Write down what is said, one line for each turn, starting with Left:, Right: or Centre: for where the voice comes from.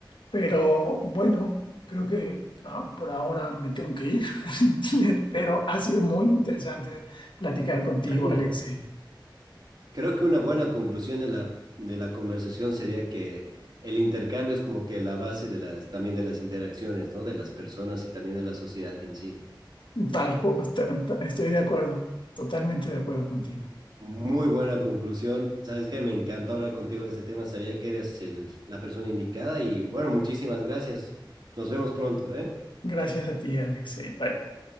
Left: pero bueno, creo que ah, por ahora me tengo que ir, <laughs> pero ha sido muy interesante platicar contigo,
Right: <laughs>
Left: Alexei.
Right: Creo que una buena conclusión de la, de la conversación sería que el intercambio es como que la base de las, también de las interacciones, ¿no? De las personas y también de la sociedad en sí.
Left: Tal, cu- ta- ta- estoy de acuerdo, totalmente de acuerdo contigo.
Right: Muy buena conclusión. Sabes que me encantó hablar contigo de este tema. Sabía que eres el, la persona indicada y bueno, muchísimas gracias. Nos vemos pronto, ¿eh?
Left: Gracias a ti, Alexei. Bye.